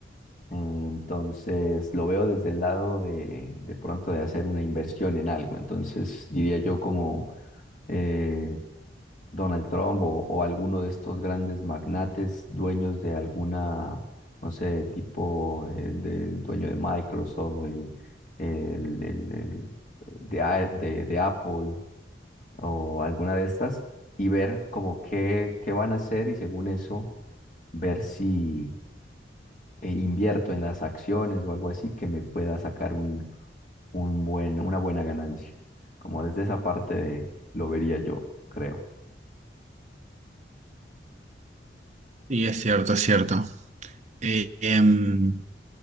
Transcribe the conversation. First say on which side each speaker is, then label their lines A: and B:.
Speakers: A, on the left; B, on the right.
A: Eh, Entonces, lo veo desde el lado de, de pronto de hacer una inversión en algo. Entonces, diría yo como eh, Donald Trump o, o alguno de estos grandes magnates dueños de alguna, no sé, tipo el del dueño de Microsoft, el, el- el- el de, A- de- de Apple o alguna de estas, y ver como qué, qué van a hacer y según eso, ver si eh, invierto en las acciones o algo así que me pueda sacar un, un buen, una buena ganancia. Como desde esa parte de- lo vería yo, creo.
B: Sí, es cierto, es cierto. Eh, em,